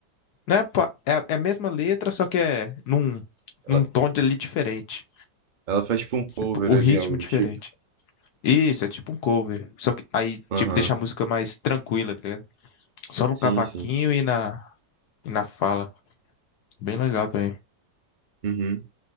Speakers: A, on the left; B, on the right.
A: né, pa- é, é a mesma letra, só que é num
B: Ela,
A: num tom de ali diferente,
B: ela faz tipo um
A: tipo,
B: cover
A: o
B: ali,
A: ritmo
B: algo
A: é
B: do
A: diferente.
B: tipo.
A: Isso, é tipo um cover. Só que aí
B: Aham,
A: tipo deixa a música mais tranquila, tá ligado? Só no
B: Sim,
A: cavaquinho
B: sim.
A: e na e na fala. Bem legal também.
B: Uhum.